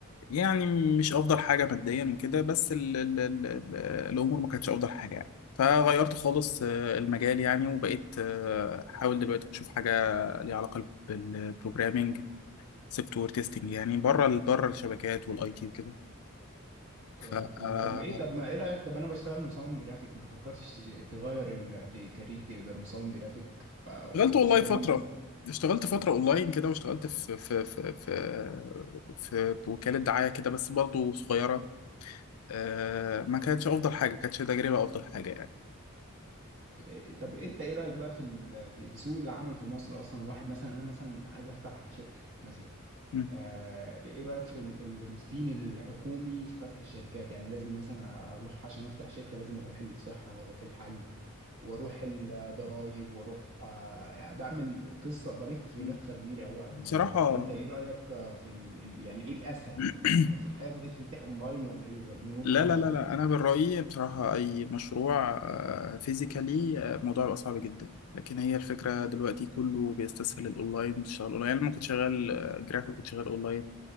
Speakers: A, on the left (about 80°); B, on the right (about 60°).
A: يعني مش افضل حاجه ماديا وكده بس ال ال ال ال الامور ما كانتش افضل حاجه يعني فغيرت خالص آه، المجال يعني وبقيت آه، احاول دلوقتي اشوف حاجه ليها علاقه بالبروجرامينج سوفت وير تيستنج يعني بره ال- بره الشبكات والاي تي وكده
B: اه
A: فاشتغلت
B: تمام طب ايه طب ما ايه رايك طب انا بشتغل مصمم جرافيك ما فكرتش تش- تغير الكارير تبقى مصمم جرافيك آه، وتستخدم
A: والله فتره
B: بس
A: اشتغلت فتره اونلاين كده واشتغلت في في في في في وكاله دعايه كده بس برضه صغيره آه، ما كانتش افضل حاجه كانتش تجربه افضل حاجه يعني
B: إيه، طب انت ايه رايك بقى في ال- في في سوق العمل في مصر اصلا واحد مثلا انا مثلا عايز افتح شركه مثلا
A: م.
B: آه، ايه رايك في ال- ال- الروتين الحكومي في فتح الشركات يعني لازم مثلا اروح عشان افتح شركه لازم اروح الصحه واروح الحي واروح الضرايب واروح آه، يعني بعمل قصه بلف لفه
A: م.
B: كبيره قوي على
A: بصراحة
B: الموضوع ده انت ايه رايك آه، في ال... ال- يعني ايه الاسهل
A: <clears throat>
B: المفروض الحاجات دي تتفتح اونلاين ولا ايه ولا من وجهه
A: لا لا
B: نظرك
A: لا لا
B: يعني
A: أنا من رأيي بصراحة أي مشروع فيزيكالي الموضوع بيبقى صعب جدا لكن هي الفكرة دلوقتي كله بيستسهل الأونلاين تشتغل أونلاين أنا لما كنت شغال آه، جرافيك كنت شغال أونلاين